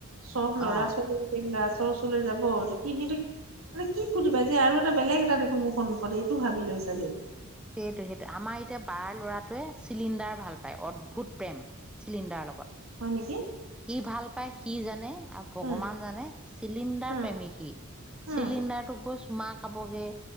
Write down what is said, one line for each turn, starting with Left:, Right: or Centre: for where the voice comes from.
Right: চব ল'ৰা
Centre: অ
Right: ছোৱালীৰে গ্লাছৰ ওচৰলৈ যাব, যদি সিহঁতক মানে কি ফুৰ্তি পায় যে আৰু এটা বেলেগ এটা দেখোন মোৰ সন্মুখত এইটো ভাবি লৈ চাগে!
Centre: সেইটোয়ে, সেইটোয়ে, আমাৰ এতিয়া বাৰ ল'ৰাটোৱে চিলিণ্ডাৰ ভাল পায়, অদ্ভুত প্ৰেম। চিলিণ্ডাৰৰ লগত
Right: হয় নেকি!
Centre: কি ভাল পায় সি জানে, আৰু ভগৱান
Right: উম
Centre: জানে, চিলিণ্ডাৰ
Right: উম
Centre: প্ৰেমী সি,
Right: উম
Centre: চিলিণ্ডাৰ তোক গৈ <unintelligible> চুমা খাবগে।